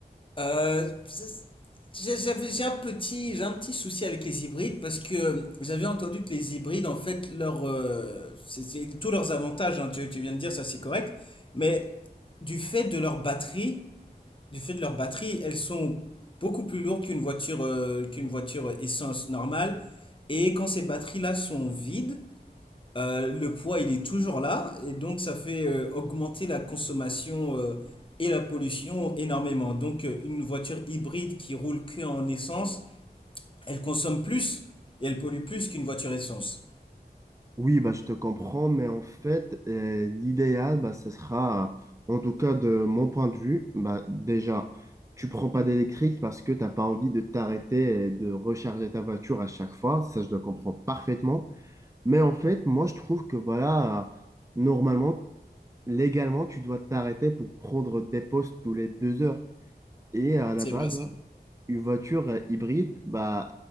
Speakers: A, on the left; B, on the right.
A: Euh, c'est- j'ai- j'avais, j'ai un petit, j'ai un petit souci avec les hybrides parce que j'avais entendu que les hybrides, en fait, leur, euh, c'est- c'est tous leurs avantages, hein, tu, tu viens de dire ça, c'est correct, mais du fait de leur batterie, du fait de leur batterie, elles sont beaucoup plus lourdes qu'une voiture, euh, qu'une voiture essence normale. Et quand ces batteries-là sont vides, euh, le poids, il est toujours là, et donc ça fait euh, augmenter la consommation euh, et la pollution énormément. Donc euh, une voiture hybride qui roule que en essence, elle consomme plus et elle pollue plus qu'une voiture essence.
B: Oui, bah, je te comprends, mais en fait, euh, l'idéal, bah, ce sera, euh, en tout cas de mon point de vue, bah, déjà, tu prends pas d'électrique parce que t'as pas envie de t'arrêter et de recharger ta voiture à chaque fois. Ça, je le comprends parfaitement. Mais en fait, moi, je trouve que voilà, euh, normalement, légalement, tu dois t'arrêter pour prendre des postes tous les deux heures. Et à la
A: C'est
B: base,
A: vrai, ça.
B: hein, une voiture euh, hybride, bah,